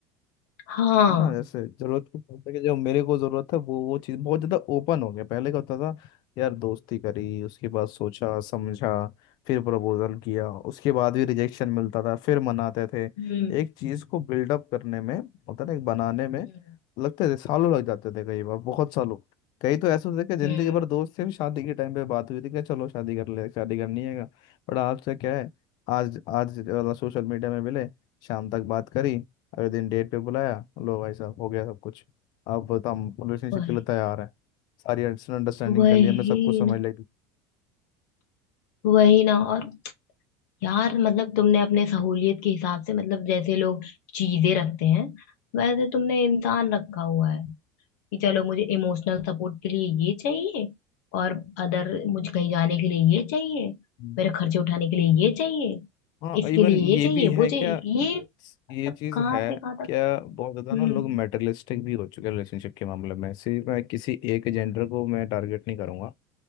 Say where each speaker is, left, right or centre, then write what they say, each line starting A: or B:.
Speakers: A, on the left; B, on the left.
A: हाँ
B: है ना जैसे जरूरत के बोलते कि जो मेरे को जरूरत है वो वो चीज बहुत ज्यादा ओपन हो गया पहले क्या होता था यार दोस्ती करी उसके बाद सोचा समझा फिर प्रपोजल किया उसके बाद भी रिजेक्शन मिलता था फिर मनाते थे
A: हम्म
B: एक चीज को बिल्डअप करने में होता ना एक बनाने में
A: हम्म
B: लगते थे सालों लग जाते थे कई बार बहुत सालों कई तो ऐसे होते थे कि जिंदगी
A: हम्म।
B: भर दोस्त से भी शादी के टाइम पे बात हुई थी कि चलो शादी कर ले शादी करनी है का। बट आज से क्या है आज आज सोशल मीडिया में मिले शाम तक बात करी अगले दिन डेट पे बुलाया लो भाई साहब हो गया सब कुछ अब बता हम रिलेशनशिप
A: वही
B: के लिए तैयार है सारी अंडरस्टैंडिंग
A: वही
B: कर ली हमने सब कुछ समझ
A: ना
B: लिया
A: वही ना और यार मतलब तुमने अपने सहूलियत के हिसाब से मतलब जैसे लोग चीजें रखते हैं वैसे तुमने इंसान रखा हुआ है कि चलो मुझे इमोशनल सपोर्ट के लिए ये चाहिए और अदर मुझे कहीं जाने के लिए ये चाहिए
B: हम्म।
A: मेरे खर्चे उठाने के लिए ये चाहिए
B: हाँ
A: इसके
B: इवन
A: लिए
B: ये
A: ये चाहिए
B: भी है
A: वो चाहिए
B: क्या
A: ये मतलब
B: ये चीज
A: कहाँ
B: है
A: से कहाँ तक
B: क्या बहुत ज्यादा
A: हम्म
B: ना लोग मेटरलिस्टिक भी हो चुके हैं रिलेशनशिप के मामले में सिर्फ मैं किसी एक जेंडर को मैं टारगेट नहीं करूंगा